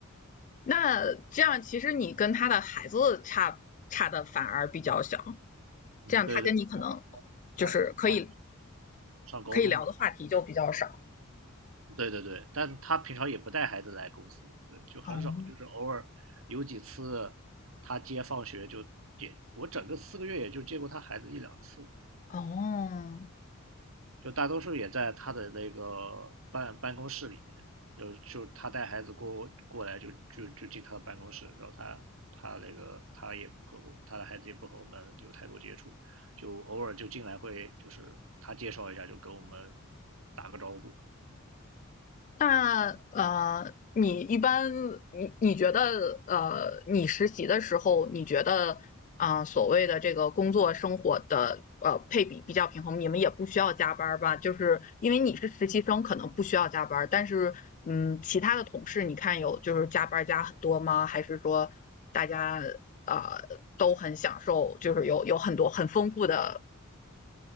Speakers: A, on the left; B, on the right.
A: 那这样其实你跟他的孩子差差的反而比较小，
B: 嗯，
A: 这样他跟你可能
B: 对对，
A: 就是可以
B: 他他上高中嘛。
A: 可以聊的话题就比较少。
B: 对对对，但他平常也不带孩子来公司，对，就很少，
A: 哦
B: 就是偶尔有几次他接放学就接，我整个四个月也就接过他孩子一两次，
A: 哦，
B: 就大多数也在他的那个办办公室里面，就就他带孩子过过来就就就进他的办公室，然后他他那个他也不和我他的孩子也不和我们有太多接触，就偶尔就进来会就是他介绍一下就跟我们打个招呼，
A: 那呃，你一般你你觉得呃，你实习的时候，你觉得啊、呃所谓的这个工作生活的呃配比比较平衡，你们也不需要加班儿吧？就是因为你是实习生，可能不需要加班儿，但是嗯，其他的同事你看有就是加班儿加很多吗？还是说大家呃都很享受，就是有有很多很丰富的